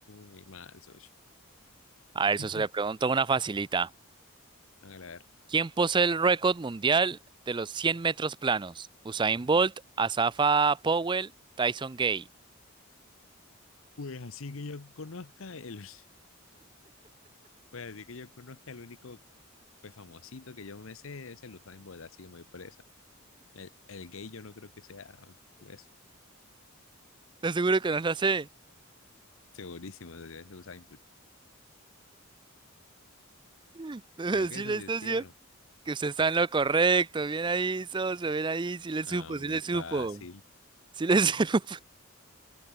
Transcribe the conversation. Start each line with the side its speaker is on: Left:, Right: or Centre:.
Left: muy mal, socio.
Right: A ver, socio,
Left: <laughs>
Right: le pregunto una facilita.
Left: Hágale a ver.
Right: ¿Quién posee el récord mundial de los 100 metros planos? Usain Bolt, Asafa Powell, Tyson Gay.
Left: Pues así que yo conozca el, <laughs> pues así que yo conozca el único pues famosito que yo me sé es el Usain Bolt, así que me voy por esa. El, el gay yo no creo que sea, pues,
Right: Te seguro que no la sé.
Left: segurísimo socio, es Usain Bolt.
Right: <laughs> Debe
Left: Pero
Right: decirle,
Left: qué socio,
Right: socio,
Left: sí o no?
Right: que usted está en lo correcto. Bien ahí, socio, bien ahí, sí le supo,
Left: Ah, muy
Right: sí le
Left: fácil.
Right: supo, sí le <laughs> supo.